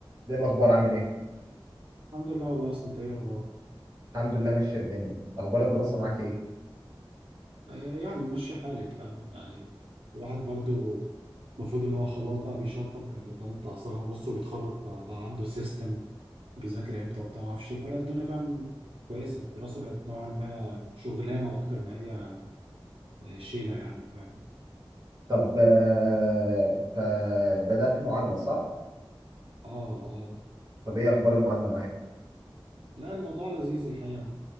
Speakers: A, on the right (about 40°); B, on the right (about 85°).
A: دي الاخبار عامل ايه
B: الحمد لله والله اصلا انت ايه اخبارك
A: الحمد لله ماشيه الدنيا اخبار الدراسه معاك ايه
B: آه، يعني ماشي حالي فاهم يعني الواحد برضو المفروض ان هو خلاص بقى بيشطب يعني قدامه بتاع سنه ونص ويتخرج فبقى عنده سيستم بيذاكر امتى وبتاع ما اعرفش ايه فلا الدنيا فاهم كويسه الدراسه بقت نوعا ما شغلانه اكتر ما هي آه، شيله يعني فاهم
A: طب آه، انت بدات معادله صح
B: اه اه
A: طب ايه اخبار المعادله معاك
B: لا الموضوع لذيذ الحقيقه